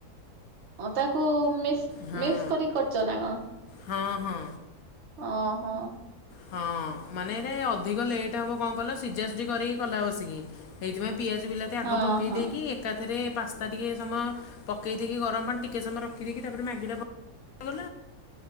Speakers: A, on the right (about 50°); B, on the left (about 70°).
A: ହଁ ତାକୁ ମିକ୍ସ
B: ହଁ
A: ମିକ୍ସ କରି କରିଚ ନା କଣ?
B: ହଁ ହଁ।
A: ଓହୋ।
B: ହଁ ମାନେ ଏରା ଅଧିକ ଲେଟ୍ ହବ କଣ କଲ ସିଝାସଝି କରିକି କଲା ବସିକି। ସେଇଥିପାଇଁ ପିଆଜ ବିଲାତି ଆଗ
A: ହଁ
B: ପକେଇ
A: ହଁ
B: ଦେଇକି ଏକାଥରେ ପାସ୍ତା ଟିକେ ସମୟ ପକେଇ ଦେଇେକି ଗରମ ପାଣି ଟିକେଏ ସମୟ ରଖିଦେଇକି ତାପରେ <unintelligible> <unintelligible>